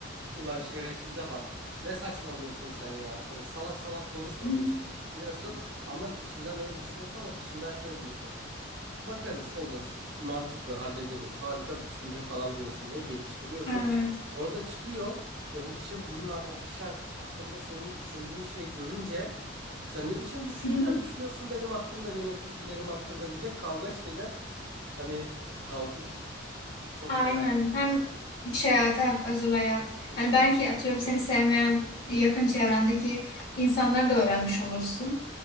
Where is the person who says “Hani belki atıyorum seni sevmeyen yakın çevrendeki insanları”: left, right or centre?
Left